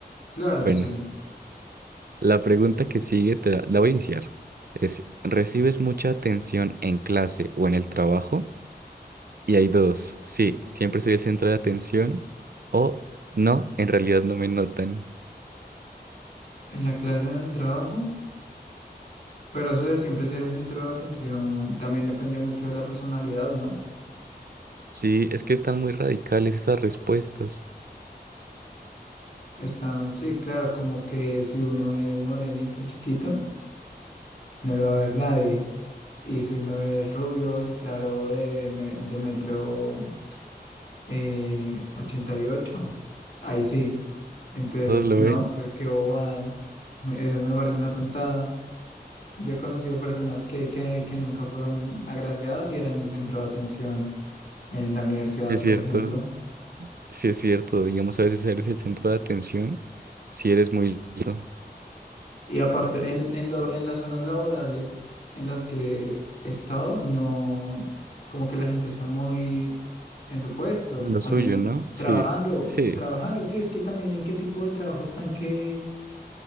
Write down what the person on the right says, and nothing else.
Bueno.
La pregunta que sigue te la, la voy a iniciar. Es, ¿recibes mucha atención en clase o en el trabajo? Y hay dos. Sí, siempre soy el centro de atención. O no, en realidad no me notan.
Sí, es que están muy radicales esas respuestas.
¿Todos lo
ven?
Sí, es
cierto.
Sí, es cierto. Digamos, a veces eres el centro de atención si eres muy listo.
Lo
suyo, ¿no? Sí,
sí.